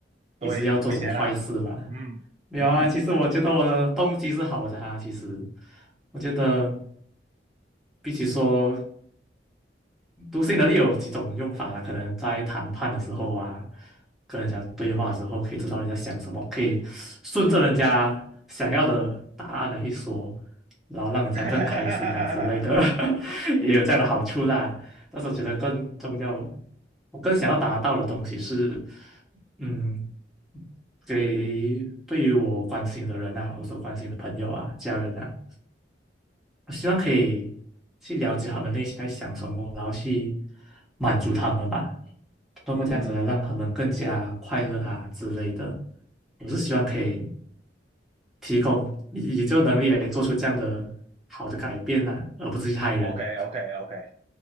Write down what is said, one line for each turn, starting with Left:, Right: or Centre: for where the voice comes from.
Centre: 你是要做什么坏事吧？
Right: 对，危险啦。嗯嗯，
Centre: 没有啊，其实我觉得我的动机是好的啊。其实，我觉得比起说读心能力有几种用法啦，可能在谈判的时候啊，跟人家对话的时候，可以知道人家想什么，可以顺着人家想要的答案来去说，然后让人家更开心啊之类的，
Right: <laughs>
Centre: <laughs> 也有这样的好处啦。但是我觉得更重要，我更想要达到的东西是，嗯，给对于我关心的人啊，我所关心的朋友啊、家人啊。我希望可以去了解他们内心在想什么，然后去满足他们吧，通过这样子来让他们更加快乐啊之类的。
Right: 嗯
Centre: 我是希望可以提供以以这个能力来做出这样的好的改变啊，而不是去害人。
Right: ，OK OK OK，